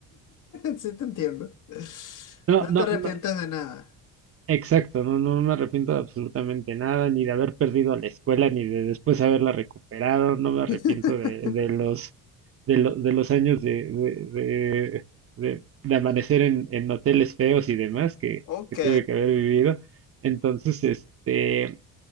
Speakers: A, on the left; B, on the right.
A: <laughs> sí te entiendo.
B: No,
A: No
B: no,
A: te arrepientes
B: no,
A: de nada.
B: Exacto, no, no me arrepiento de absolutamente nada, ni de haber perdido la escuela, ni de después haberla recuperado, no me arrepiento
A: <laughs>
B: de, de los, de, lo- de los años de, de, de, de- de amanecer en, en hoteles feos y demás que,
A: Ok,
B: que tuve que haber vivido. Entonces, este,